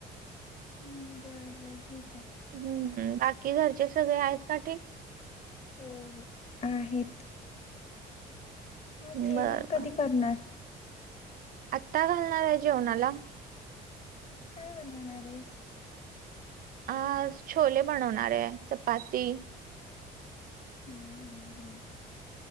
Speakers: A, on the left; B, on the right.
A: हम्म, बर बर ठीक आहे
B: हम्म. कि घरचे सगळे आहेत का ठीक?
A: हो हो आहेत. मग
B: बर
A: जेवण कधी
B: बर
A: करणार?
B: आत्ता घालणार आहे जेवणाला.
A: काय बनवणार आहेस?
B: अ छोले बनवणार आहे चपाती..
A: ह ह